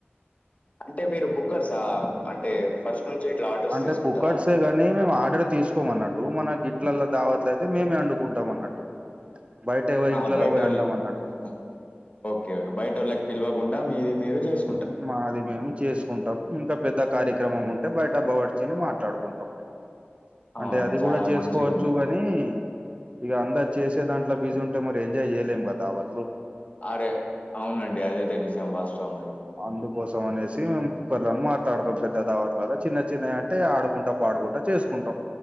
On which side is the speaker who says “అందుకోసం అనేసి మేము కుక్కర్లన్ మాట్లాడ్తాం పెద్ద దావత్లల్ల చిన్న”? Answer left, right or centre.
Right